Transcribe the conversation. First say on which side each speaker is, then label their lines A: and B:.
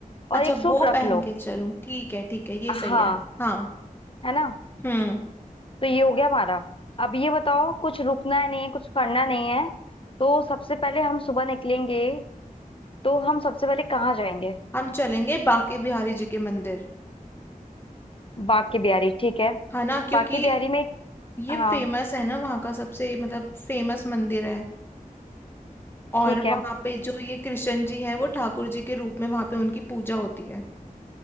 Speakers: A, on the left; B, on the left.
A: अच्छा
B: और एक सूट
A: वो
B: रख
A: पहन
B: लो
A: के चलूं ठीक है ठीक है ये सही
B: हाँ
A: है हाँ
B: है ना
A: हम्म
B: तो ये हो गया हमारा अब ये बताओ कुछ रुकना है नहीं है कुछ करना नहीं है तो सबसे पहले हम सुबह निकलेंगे तो हम सबसे पहले कहाँ जाएंगे
A: हम चलेंगे बांके बिहारी जी के मंदिर
B: बाके बिहारी ठीक है
A: है ना क्योंकि
B: बाके बिहारी में
A: ये
B: हाँ
A: फेमस है ना वहाँ का सबसे मतलब फेमस मंदिर है और
B: ठीक है
A: वहाँ पे जो ये कृष्ण जी है वो ठाकुर जी के रूप में वहाँ पे उनकी पूजा होती है